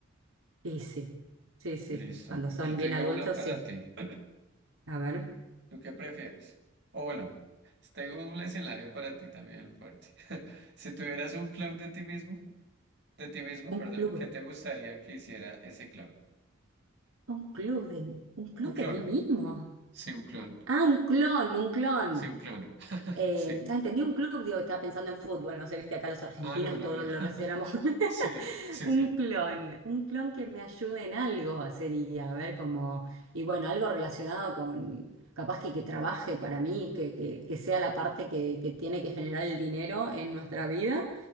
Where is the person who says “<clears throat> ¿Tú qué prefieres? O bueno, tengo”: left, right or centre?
Right